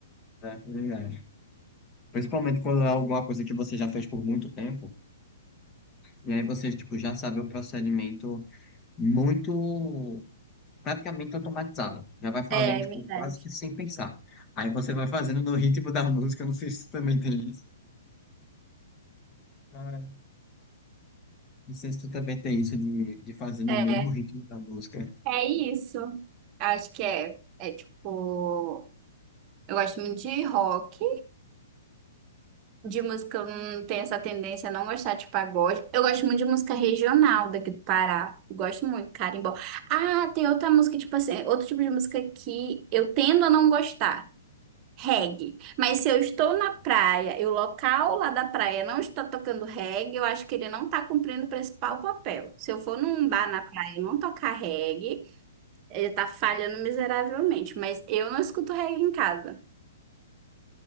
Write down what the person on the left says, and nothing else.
né, aquele gás. Principalmente quando é alguma coisa que você já fez por muito tempo, e aí você, tipo, já sabe o procedimento muito praticamente automatizada. Já vai fazendo,
tipo,
quase que sem pensar. Aí você vai fazendo no ritmo da música, eu não sei se tu também tem isso. Ah, Não sei se tu também tem isso de, de fazer no
mesmo ritmo da música.